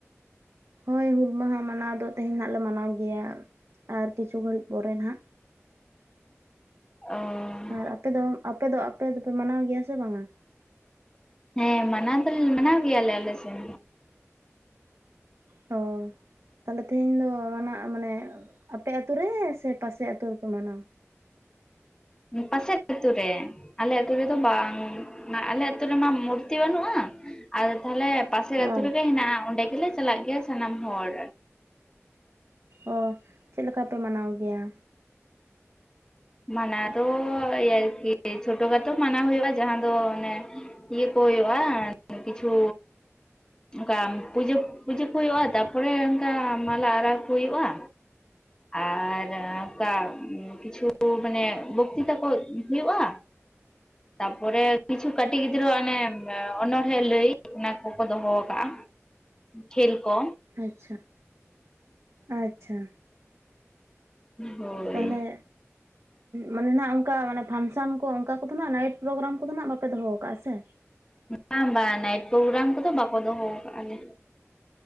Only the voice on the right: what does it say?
ᱦᱳᱭ, ᱦᱩᱞ ᱢᱟᱦᱟ ᱢᱟᱱᱟᱣ ᱫᱚ ᱛᱮᱦᱮᱧ ᱦᱟᱸᱜ ᱞᱮ ᱢᱟᱱᱟᱣ ᱜᱮᱭᱟ᱾ ᱟᱨ ᱠᱤᱪᱷᱩ ᱜᱷᱟᱹᱲᱤᱡ ᱯᱚᱨᱮ ᱱᱟᱜ᱾
ᱟᱨ ᱟᱯᱮ ᱫᱚ, ᱟᱯᱮ ᱫᱚ ᱟᱯᱮ ᱫᱚᱯᱮ ᱢᱟᱱᱟᱣ ᱜᱮᱭᱟ ᱥᱮ ᱵᱟᱝᱟ?
ᱦᱳᱭ᱾ ᱛᱟᱦᱞᱮ ᱛᱤᱦᱤᱧ ᱫᱚ ᱢᱟᱱᱟᱜ ᱢᱟᱱᱮ ᱟᱯᱮ ᱟᱛᱩ ᱨᱮ ᱥᱮ ᱯᱟᱥᱮ ᱟᱛᱩ ᱨᱮᱯᱮ ᱢᱟᱱᱟᱣᱟ?
ᱚ
ᱚ, ᱪᱮᱫ ᱞᱮᱠᱟ ᱯᱮ ᱢᱟᱱᱟᱣ ᱜᱮᱭᱟ?
<inaudible>
<inaudible>
ᱟᱪᱪᱷᱟ ᱟᱪᱪᱷᱟ
ᱛᱟᱦᱞᱮ ᱢᱟᱱᱮᱱᱟᱜ ᱚᱱᱠᱟ ᱯᱷᱟᱱᱥᱟᱱ ᱠᱚ ᱚᱱᱠᱟ ᱠᱚᱫᱚ ᱱᱟᱜᱦ ᱱᱟᱭᱤᱴ ᱯᱨᱳᱜᱨᱟᱢ ᱠᱚᱫᱚ ᱱᱟᱜᱦ ᱵᱟᱯᱮ ᱫᱚᱦᱚ ᱟᱠᱟᱜ-ᱟ ᱥᱮ